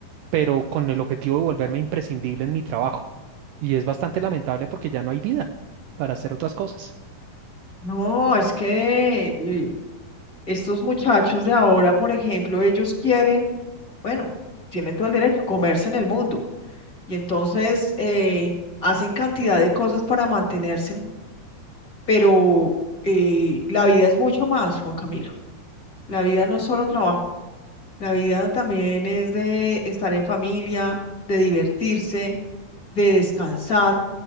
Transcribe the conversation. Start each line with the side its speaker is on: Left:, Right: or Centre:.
Right: pero con el objetivo de volverme imprescindible en mi trabajo. Y es bastante lamentable porque ya no hay vida para hacer otras cosas.
Left: No, es que eh, estos muchachos de ahora, por ejemplo, ellos quieren, bueno, tienen todo el derecho, comerse en el mundo. Y entonces eh, hacen cantidad de cosas para mantenerse pero eh, la vida es mucho más, Juan Camilo. La vida no es solo trabajo, la vida también es de estar en familia, de divertirse, de descansar.